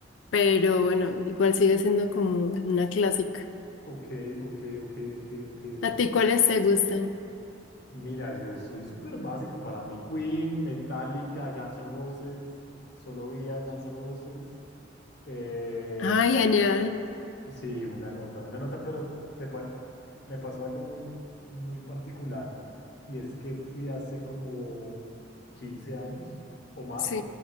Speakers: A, on the left; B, on the left.
A: pero bueno, igual sigue siendo como una clásica.
B: Ok, ok, ok, ok, ok, ok.
A: ¿A ti
B: ok.
A: cuáles te gustan?
B: Mira, yo soy súper básico para mí. Queen, Metallica, Guns N' Roses, solo veía Guns N' Roses. Eh,
A: Ay, genial.
B: sí, una nota, una nota, pero te pa- me pasó algo muy, muy particular y es que fui hace como 15 años o más
A: Sí,